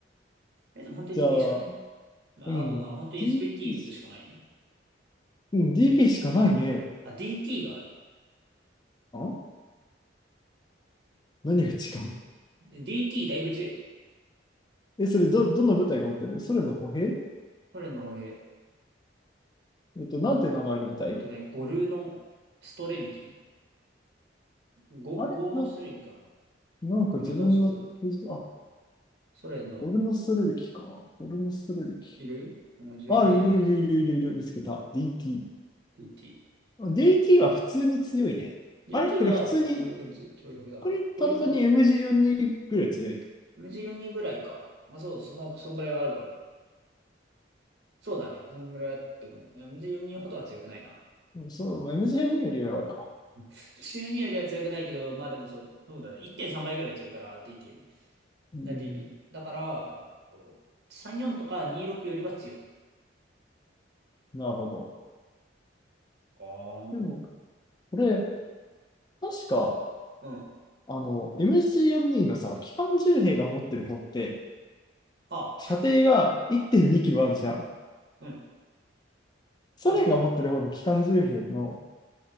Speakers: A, on the right; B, on the left.
A: え、でも本当に
B: じゃあ、
A: DP しかない。まあ、
B: うん、
A: あとなんか本当に SVT
B: DP し、
A: 打つしかない
B: うん、DP しかないね。
A: あ、DT がある。
B: あ何が違う
A: DT だいぶ強いよ。
B: え、それど、どの部隊が持ってるソ連の歩兵
A: ソ連の歩兵。
B: えっと、なんて名前の部隊
A: えっとね、ゴルのストレルキーゴ、
B: あれな、
A: ゴーのストレルキーかな
B: なんか自分の、
A: ゴ、ゴルのストレルキー。
B: あ、
A: ソ連の
B: ゴルノストレルキか。ゴルノストレルキ。
A: いるあのじゅうん、
B: あ、
A: 11人のやつ。
B: いるいるいるいるいる、見つけた。DT。
A: DT。
B: DT は普通に強いね。
A: DT
B: あれこれ普通に、
A: は、なんか強力に強い強力だな。
B: これただ単に
A: 強力武器。
B: MG42 ぐらい強い。
A: 水4人ぐらいか。あ、そう、その、そんぐらいはあるかも。そうだね。そんぐらいあっても。いや水4人ほどは強くないな。
B: そう、MG42 よんじゅうにより弱いか。
A: <laughs> 水4人よりは強くないけど、まあでもそう、そうだね。1.3倍ぐらい強いから、DT の。
B: うん、
A: な、DP の。だから、あれだ、えっと、34とか26よりは強い。
B: なるほど。
A: あーん。
B: でも、これ、確か、
A: うん。
B: あの、MG42 のさ、機関銃兵が持ってる方って、
A: あ、
B: 射程が1.2キロあるじゃん。
A: うん。
B: ソ連が持ってる方の機関銃兵の
A: そうだよ。